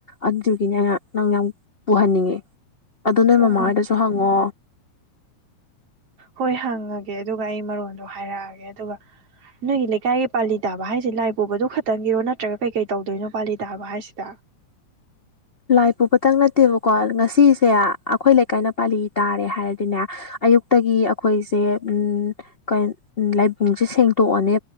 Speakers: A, on the left (about 70°); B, on the right (about 50°).
A: ꯑꯗꯨꯒꯤꯅꯦ ꯑ ꯅꯪ ꯌꯥꯝ ꯄꯨꯍꯟꯅꯤꯡꯉꯤ ꯑꯗꯨ ꯅꯣꯏ
B: ꯑꯣ
A: ꯃꯃꯥ ꯍꯣꯏꯗꯁꯨ ꯍꯪꯉꯣ
B: ꯍꯣꯏ ꯍꯪꯉꯒꯦ ꯑꯗꯨꯒ ꯑꯩ ꯃꯔꯣꯟꯗꯣ ꯍꯥꯏꯔꯛꯑꯒꯦ ꯑꯗꯨꯒ ꯅꯣꯏꯒꯤ ꯂꯩꯀꯥꯏꯒꯤ ꯄꯥꯂꯤ ꯇꯥꯕ ꯍꯥꯏꯁꯤꯦ ꯂꯥꯏ ꯄꯨꯕꯗꯨ ꯈꯛꯇꯪꯒꯤꯔꯣ ꯅꯠꯇ꯭ꯔꯒ ꯀꯩꯀꯩ ꯇꯧꯗꯣꯏꯅꯣ ꯄꯥꯂꯤ ꯇꯥꯕ ꯍꯥꯏꯁꯤꯗ
A: ꯂꯥꯏ ꯄꯨꯕꯇꯪ ꯅꯠꯇꯦꯕꯀꯣ ꯉꯁꯤ ꯁꯤꯁꯦ ꯑꯩꯈꯣꯏ ꯂꯩꯀꯥꯏꯅ ꯄꯥꯜꯂꯤ ꯇꯥꯔꯦ ꯍꯥꯏꯔꯗꯤꯅꯦ ꯑꯌꯨꯛꯇꯒꯤ ꯑꯩꯈꯣꯏꯁꯦ ꯎ ꯂꯥꯏꯕꯨꯡꯁꯦ ꯁꯦꯡꯗꯣꯛꯑꯅꯦ